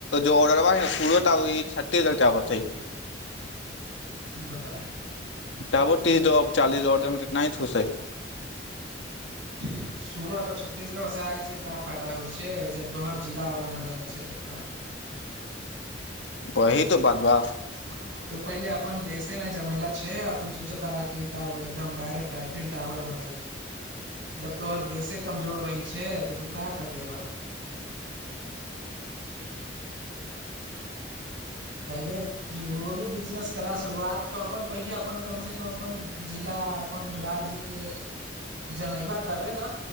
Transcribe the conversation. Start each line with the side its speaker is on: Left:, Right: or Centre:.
Left: ऑर्डरबा सुरत आ ओहि छ्त्तीसगढ के आबत हइ
Right: बताइ
Left: तबो तीस द चालीस द ऑर्डर मे इतना ही थूसै।
Right: <unintelligible> सूरत आ छत्तीसगढ़ सँ आय सँ का फायदा होइ छै जब तोहार जिला वाला न जानै छै तऽ तोरा
Left: वहि तो बात बा
Right: वहि तऽ बात बाऽ <unintelligible> तू पहिले अपन बेसे ना जमैला छै तू सोचता हऽ का बोलत हम डायरेक्ट आइफिल टावर बनबाई जब तोहर बेसे कमजोर रही छै तऽ तू का करलेबा पहिले जो भी बिजनेस करा शुरुआत तऽ अपन पहिले अपन कम से कम अपन जिला अपन राज्य के जनैबा तबे न